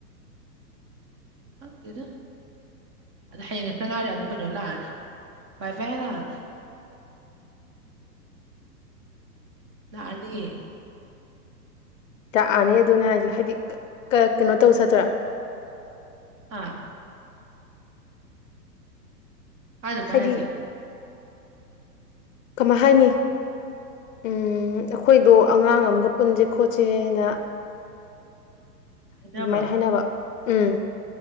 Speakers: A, on the right; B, on the left.
A: ꯈꯪꯗꯦꯗ ꯑꯗ ꯍꯌꯦꯡ ꯉꯠꯇ꯭ꯔ ꯉꯥꯏꯔ ꯑꯃꯨꯛ ꯀꯩꯅꯣ ꯂꯥꯛꯑꯅꯤ ꯕꯥꯏ ꯐꯥꯏ ꯂꯥꯛꯑꯒ ꯂꯛꯅꯤꯌꯦ
B: ꯇꯥꯛꯑꯅꯤ ꯑꯗꯨꯅꯦ ꯍꯥꯏꯁꯦ ꯍꯥꯏꯗꯤ ꯀꯩꯅꯣ ꯇꯧ ꯆꯠꯇꯣꯏꯔꯥ
A: ꯑꯥ ꯀꯥꯏꯗꯣꯅ
B: ꯍꯥꯏꯗꯤ
A: ꯍꯥꯏꯁꯦ
B: ꯀꯃꯥꯏ ꯍꯥꯏꯅꯤ ꯎꯝ ꯑꯩꯈꯣꯏꯗꯣ ꯑꯉꯥꯡ ꯑꯃꯒ ꯄꯨꯟꯁꯦ ꯈꯣꯠꯁꯦꯅ
A: ꯍꯥꯏꯅꯕ꯭ꯔꯣ
B: ꯑꯗꯨꯃꯥꯏꯅ ꯍꯥꯏꯅꯕ ꯎꯝ